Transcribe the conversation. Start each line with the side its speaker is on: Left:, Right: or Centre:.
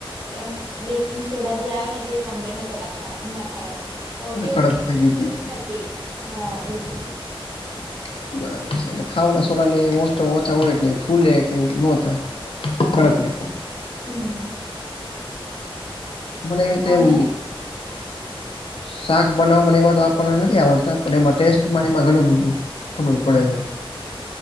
Right: કેમ બેકિંગ સોડા જે આવે ને તે કમ્પ્લેટ નતો લખાય નખાયો. તો
Left: એટલે
Right: કેવું
Left: કડક
Right: કેક
Left: થઈ ગઈ
Right: ફૂલી
Left: હતી
Right: નથી હા એવું થીયુ તું.
Left: <inaudible> બરાબર છે એટલે ખાવાના સોડા ને ઓછા હોય એટલે ફૂલે કે એવું ન થાય. <unintelligible>
Right: હમ.
Left: મને એવી
Right: તમે
Left: તે મ શાક બનાવવા એમાં તો આપણને નથી આવડતા, પણ એમાં ટેસ્ટ એમાં ઘણું બધું. ખબર પડે,